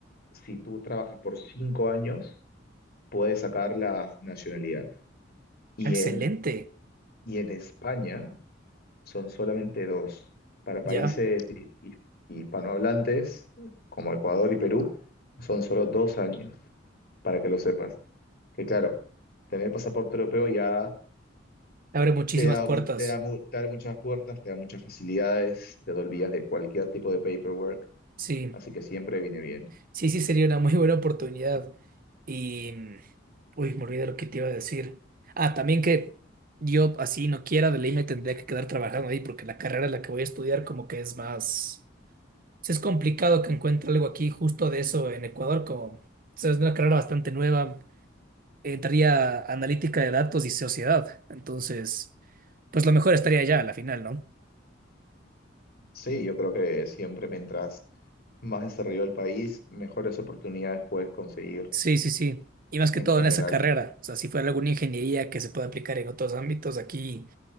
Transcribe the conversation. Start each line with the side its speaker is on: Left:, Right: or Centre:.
Left: si tú trabajas por cinco años, puedes sacar la nacionalidad. Y
Right: Excelente.
Left: en, y en España son solamente dos. Para
Right: Ya.
Left: países hi- hi- hispanohablantes, como Ecuador y Perú, son solo dos años, para que lo sepas. Que claro, tener pasaporte europeo ya
Right: Abre muchísimas
Left: te da,
Right: puertas.
Left: mu- te da, mu- te abre muchas puertas, te da muchas facilidades, te olvidas de cualquier tipo de paperwork,
Right: Sí,
Left: así que siempre viene bien.
Right: sí, sí, sería una muy buena oportunidad. Y, mm, uy, me olvidé lo que te iba a decir. Ah, también que yo así no quiera, de ley me tendría que quedar trabajando ahí porque la carrera en la que voy a estudiar como que es más... sí, Es complicado que encuentre algo aquí justo de eso en Ecuador, como o sea, es una carrera bastante nueva. Entraría analítica de datos y sociedad. Entonces, pues lo mejor estaría allá a la final, ¿no?
Left: Sí, yo creo que siempre mientras más desarrollado el país, mejores oportunidades puedes conseguir
Right: Sí, sí, sí. Y más que
Left: en
Right: todo
Left: general.
Right: en esa carrera. O sea, si fuera alguna ingeniería que se pueda aplicar en otros ámbitos, aquí